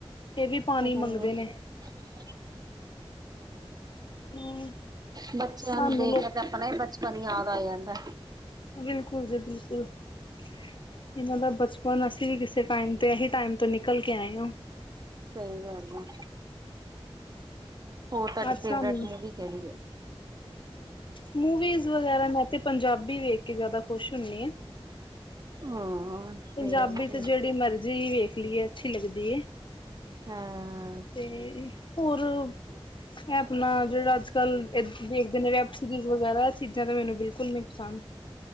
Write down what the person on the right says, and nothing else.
ਉਹ
<unintelligible>
ਬੱਚਿਆਂ
ਨੂੰ ਦੇਖ
ਕੇ ਤੇ ਆਪਣਾ ਹੀ ਬਚ ਪਣ ਯਾਦ ਆ ਜਾਂਦਾ।
ਸਹੀ ਗੱਲ ਐ। ਹੋਰ ਤੁਹਾਡੀ
ਫੇਵਰੇਟ
ਮੂਵੀ ਕਿਹੜੀ ਐ?
ਹਾਂ ਸੇਮ
ਟੂ
ਹਾਂ,